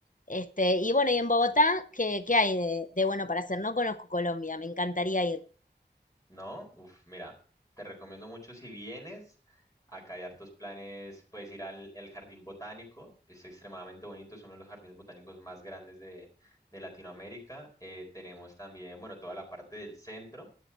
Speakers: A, on the left; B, on the left.
A: Este, y bueno, y en Bogotá, ¿qué, qué hay de, de bueno para hacer? No conozco Colombia, me encantaría ir.
B: ¿No? Uf, mira, te recomiendo mucho si vienes, acá hay hartos planes, puedes ir al el Jardín Botánico, es extremadamente bonito, es uno de los jardines botánicos más grandes de, de Latinoamérica. Eh, tenemos también, bueno, toda la parte del centro.